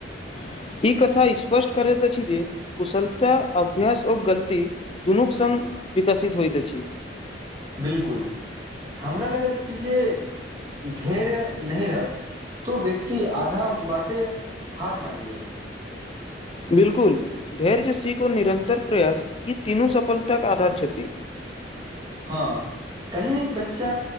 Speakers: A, on the left (about 30°); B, on the right (about 20°).
A: <unintelligible> ई कथा स्पष्ट करैत अछि जे कुशलता अभ्यास ओ गलती दुनूक संग विकसित होइत अछि
B: बिलकुल <unintelligible> हमरा लगैत अछि जे धैर्य नहि रहत तो व्यक्ति आधा बाटे हार मान लेल
A: बिल्कुल धैर्य सीख ओ निरन्तर प्रयास ई तीनू सफलताक आधार छथिन
B: हँ कहिएक बच्चा